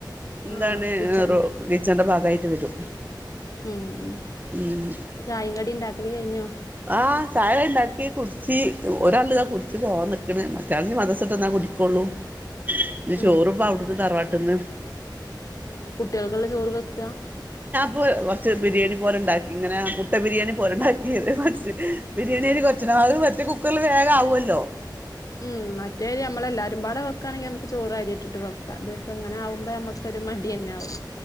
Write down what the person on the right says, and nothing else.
എന്താണ്
റോ കിച്ചന്റെ ഭാഗായിട്ട് വരും
ഉം
ആഹ് ചായ ഉണ്ടാക്കി കുടിച്ച് ഒരാള് ഇതാ കുടിച്ച് പോവാൻ നൽക്കണ ആൾ മദ്രസ്ട്ട് വന്നാ കുടിക്കള്ളൂ ഇഞ്ഞി ചോറ്
ഇപ്പ അവിടുുന്നു തറവാട്ടിൽന്ന്
കൊറച്ച് ബിരിയാണി പോലെ ഉണ്ടാക്കി ഇങ്ങനെ മുട്ട ബിരിയാണി പോലെ ഉണ്ടാക്കില്ല കുറച്ച് ബിരിയാണി
കൊറച്ച് അത് മറ്റേ കുക്കറില് വേഗം ആവല്ലോ